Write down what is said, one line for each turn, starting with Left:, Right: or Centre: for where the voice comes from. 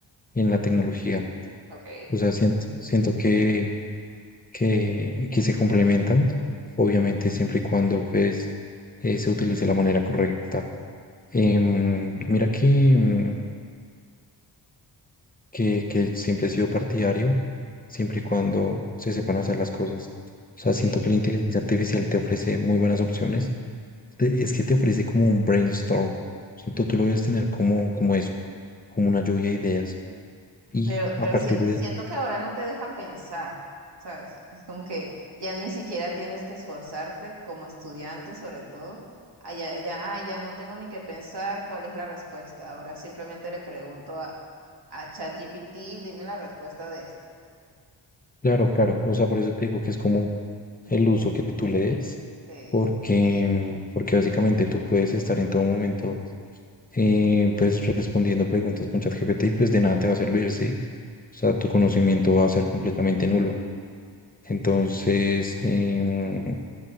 Left: en la tecnología.
Right: Ok,
Left: O sea, siento, siento que, que, que se complementan, obviamente siempre y cuando pues eh, se utilice de la manera correcta. Em, mira que, que, que siempre he sido partidario, siempre y cuando se sepan hacer las cosas. O sea,
Right: ok.
Left: siento que la inteligencia artificial te ofrece muy buenas opciones. Te- Es que te ofrece como un brainstorm. O sea, tú, tú lo debes tener como, como eso, como una lluvia de ideas. Y
Right: Pero,
Left: a
Right: pero
Left: partir
Right: siento,
Left: de...
Right: siento que ahora no te deja pensar, ¿sabes? Es como que ya ni siquiera tienes que esforzarte como estudiante, sobre todo. Ah, ya, ya, ah, ya no tengo ni que pensar cuál es la respuesta. Ahora simplemente le pregunto a, a ChatGPT, dime la respuesta de esto.
Left: Claro, claro. O sea, por eso te digo que es como el uso que tú le des,
Right: Sí,
Left: porque, porque básicamente tú puedes estar en todo momento eh, pues respondiendo preguntas con ChatGPT y pues de nada te va a servir, ¿sí? O sea, tu conocimiento va a ser completamente nulo. Entonces, em,